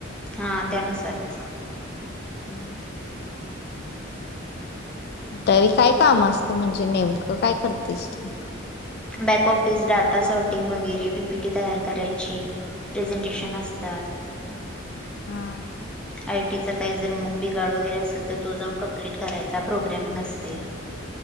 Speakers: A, in the centre; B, on the left.
A: हा त्यानुसारच काम -
B: हम्म तरी काय काम असत म्हणजे नेमकं काय करतेस तू?
A: बॅक ऑफिस, डाटा शॉर्टिंग, वगैरे पीपीटी तयार करायची. प्रेझेंटेशन असत्यात.
B: हा
A: आय टीचा काही जर मग बिघाड वगैरे असेल तर तो जाऊन कंप्लीट करायचा प्रोग्रॅमिंग असतय.